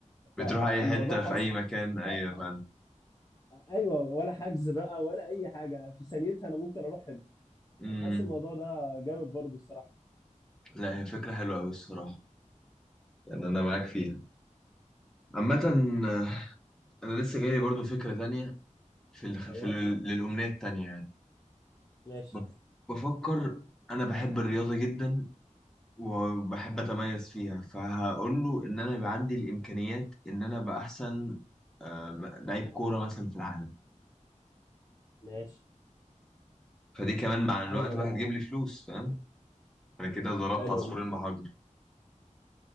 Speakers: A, on the left; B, in the centre.
A: فالموضوع
B: بتروح اي حته
A: حصل
B: في اي مكان ايوه
A: اه
B: فاهم
A: ايوه ولا حجز بقى ولا اي حاجه في ثانيتها انا ممكن اروح هنا
B: امم
A: انا حاسس الموضوع ده جامد برضه الصراحه
B: لا هي فكره حلوه قوي الصراحه يعني انا معاك فيها عامه آه،
A: طب
B: انا لسه جاي برضو فكره تانية في ال... في
A: ايوه
B: ال... للامنيه التانية يعني
A: ماشي
B: بف- بفكر انا بحب الرياضه جدا وبحب اتميز فيها فهقول له ان انا يبقى عندي الامكانيات ان انا ابقى احسن آه، لعيب كوره مثلا في العالم
A: ماشي
B: فدي كمان مع
A: حلوة
B: الوقت بقى
A: دي
B: هتجيب اه لي فلوس فاهم انا كده ضربت
A: حلوة
B: عصفورين
A: دي
B: بحجر